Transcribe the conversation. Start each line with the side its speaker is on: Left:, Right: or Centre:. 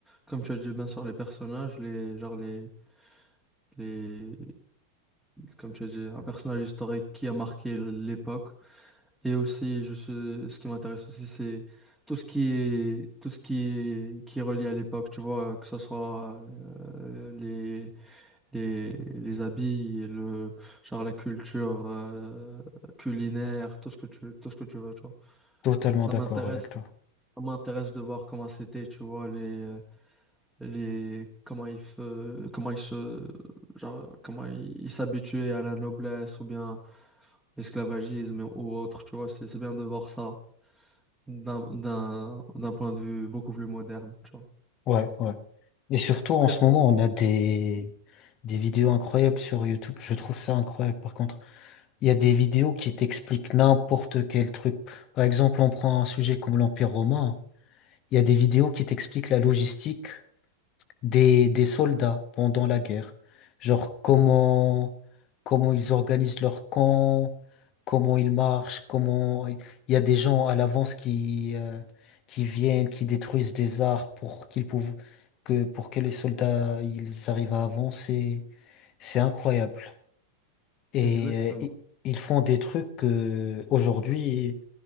Centre: comme tu as dit, bien sûr, les personnages, les, genre les, les, comme tu as dit, un personnage historique qui a marqué l'époque. Et aussi, je suis, ce qui m'intéresse aussi, c'est tout ce qui est, tout ce qui est, qui est relié à l'époque, tu vois, que ce soit euh, les, les, les habits, le, genre la culture euh, culinaire, tout ce que tu, tout ce que tu veux, tu vois.
Left: Totalement
Centre: Ça
Left: d'accord
Centre: m'intéresse.
Left: avec toi.
Centre: Ça m'intéresse de voir comment c'était, tu vois, les, euh, les, comment ils, fe- comment ils se, genre, comment ils ils s'habituaient à la noblesse ou bien l'esclavagisme ou autre, tu vois, c'est c'est bien de voir ça d'un, d'un, d'un point de vue beaucoup plus moderne, tu vois.
Left: Ouais, ouais. Et surtout en
Centre: Très,
Left: ce
Centre: très
Left: moment, on a des Des vidéos incroyables sur YouTube. Je trouve ça incroyable. Par contre, il y a des vidéos qui t'expliquent n'importe quel truc. Par exemple, on prend un sujet comme l'Empire romain. hein. Il y a des vidéos qui t'expliquent la logistique des, des
Centre: bien.
Left: soldats pendant la guerre. Genre comment, comment ils organisent leur camp, comment ils marchent, comment il y a des gens à l'avance qui, euh, qui viennent, qui détruisent des arbres pour qu'ils pouv- que, pour que les soldats ils arrivent à avancer. C'est incroyable. Et
Centre: Exactement.
Left: euh, i- ils font des trucs que aujourd'hui,